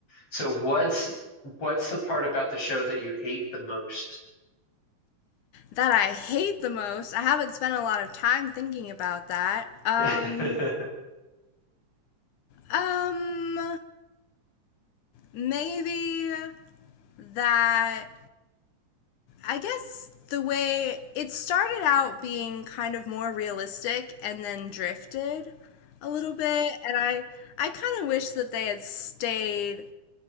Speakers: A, on the left; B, on the left.
A: so what's what's the part about the show that you hate the most?
B: that I hate the most. I haven't spent a lot of time thinking about that. Um,
A: <laughs> mm-hmm.
B: um, maybe that I guess the way it started out being kind of more realistic and then drifted a little bit, and I I kind of wish that they had stayed